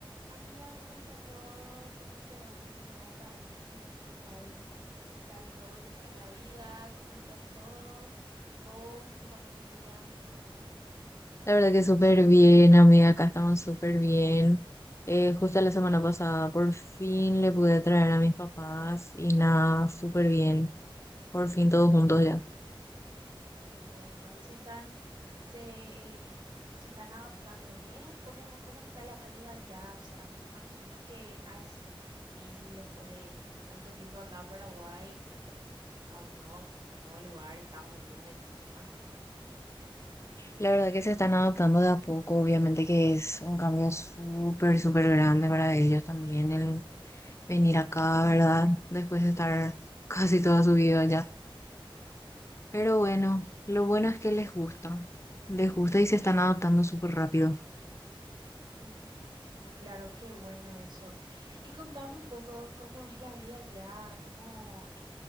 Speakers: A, on the right (about 55°); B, on the left (about 30°).
A: Amiga, ¿cómo está todo? ¿Cómo te va en el nuevo país? ¿Qué tal? ¿Qué tal todo? ¿Qué tal la vida? ¿Cómo están todos? Vos y tu familia.
B: La verdad que súper bien, amiga, acá estamos súper bien. Eh, justo la semana pasada por fin le pude traer a mis papás y nada, súper bien, por fin todos juntos ya.
A: Qué bueno. ¿Y se están, se, eh, se están adaptando bien? ¿Cómo, cómo está la vida allá? O sea, me imagino que ah, es difícil después de tanto tiempo acá en Paraguay a un nuevo, nuevo lugar, Estados Unidos encima.
B: La verdad que se están adaptando de a poco, obviamente que es un cambio súper, súper grande para ellos también el venir acá, ¿verdad? Después de estar <laughs> casi toda su vida allá. Pero
A: Ujú,
B: bueno, lo bueno es que les gusta, les gusta y se están adaptando súper rápido.
A: ujú. Pero Claro, qué bueno eso. Y contame un poco cómo es la vida allá, cómo, eh,